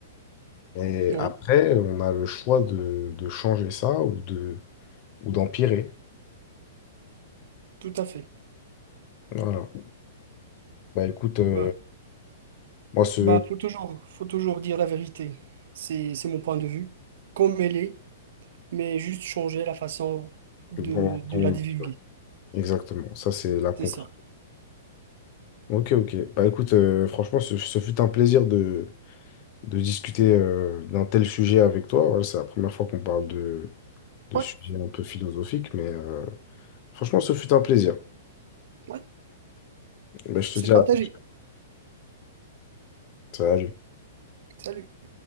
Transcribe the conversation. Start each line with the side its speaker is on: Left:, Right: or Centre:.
Left: Et
Right: Oui,
Left: après, on a le choix de, de changer ça ou de, ou d'empirer.
Right: tout à fait.
Left: Voilà. Bah écoute, euh,
Right: Bah,
Left: moi, ce.
Right: bah, faut toujours, faut toujours dire la vérité. C'est, c'est mon point de vue, comme elle est, mais juste changer la façon de,
Left: bon,
Right: de
Left: bon,
Right: la divulguer.
Left: exactement, ça, c'est la conclusion.
Right: C'est ça.
Left: Ok, ok. Bah écoute, euh, franchement, ce, ce fut un plaisir de, de discuter euh, d'un tel sujet avec toi. Voilà, c'est la première fois qu'on parle de, de
Right: Ouais,
Left: sujets un peu philosophiques, mais euh, franchement, ce fut un plaisir.
Right: ouais,
Left: Bah, je
Right: c'est
Left: te dis
Right: partagé.
Left: à la prochaine. Salut.
Right: Salut.